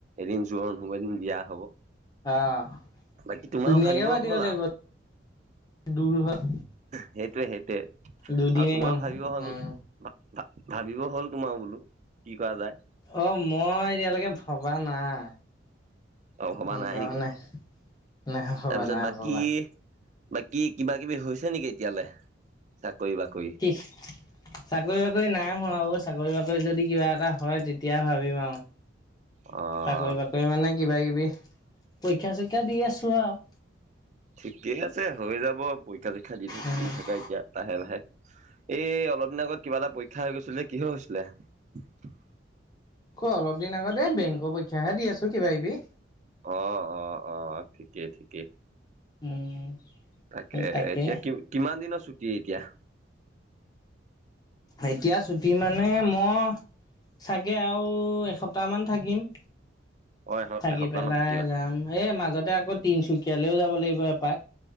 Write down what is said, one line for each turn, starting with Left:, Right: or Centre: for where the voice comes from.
Right: এদিন জোৰণ হ'ব, এদিন বিয়া হব।
Left: আহ
Right: বাকী তোমাৰো
Left: ধুনীয়াকে
Right: ভাবিব
Left: পাতিব
Right: হ'ল
Left: লাগিব
Right: আৰু
Left: দূৰ হয়।
Right: সেইটোৱে সেইটোৱে আৰু
Left: দুদিনে
Right: তোমাৰ
Left: গৈ নহয়
Right: ভাবিব হ'ল।
Left: উম।
Right: ভা- ভা, ভাবিব হ'ল তোমাৰ বোলো কি কৰা যায়।
Left: অ', মই এতিয়ালৈকে ভবা নাই।
Right: অ', ভবা
Left: মানে
Right: নাই নেকি?
Left: নাই ভবা
Right: তাৰপিছত
Left: নাই
Right: বাকী
Left: ভবা
Right: বাকী, কিবা-কিবি হৈছে নেকি এতিয়ালৈ চাকৰি বাকৰি।
Left: ইছ্। চাকৰি বাকৰি নাই হোৱা অ', আৰু চাকৰি বাকৰি যদি কিবা এটা হয় তেতিয়া ভাবিম আৰু।
Right: অ'।
Left: চাকৰি-বাকৰি মানে কিবা-কিবি, পৰীক্ষা চৰক্ষা দি আছো আৰু।
Right: ঠিকেই আছে, হৈ যাব পৰীক্ষা-চৰীক্ষা
Left: উম।
Right: দি থাক। এতিয়া, লাহে-লাহে এই অলপ দিন আগত কিবা এটা <unintelligible>
Left: অ', অলপ দিন আগতে বেংকৰ পৰীক্ষাহে দি আছোঁ কিবা-কিবি।
Right: অ', অ', অ' ঠিকেই ঠিকেই।
Left: উম
Right: তাকেই
Left: তাকে
Right: এতিয়া, কিমান দিনৰ ছুটি এতিয়া।
Left: এতিয়া ছুটি মানে মই চাগে আৰু এসপ্তাহমান থাকিম।
Right: অ এস
Left: থাকি
Right: এসপ্তাহ
Left: পেলাই
Right: মান থাকিবা
Left: যাম, এ মাজতে আকৌ তিনিচুকীয়ালৈ ও যাব লাগিব এপাক।